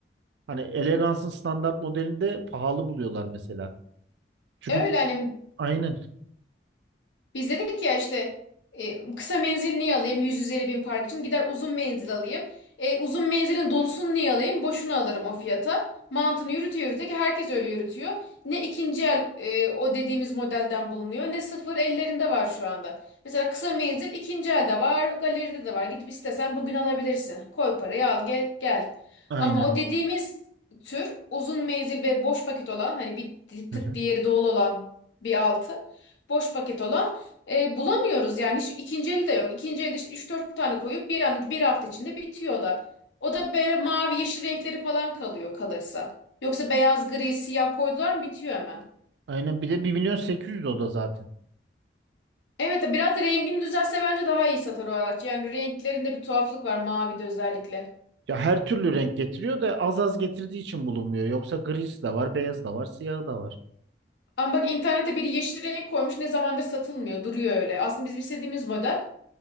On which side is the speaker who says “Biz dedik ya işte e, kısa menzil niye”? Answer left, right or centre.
Left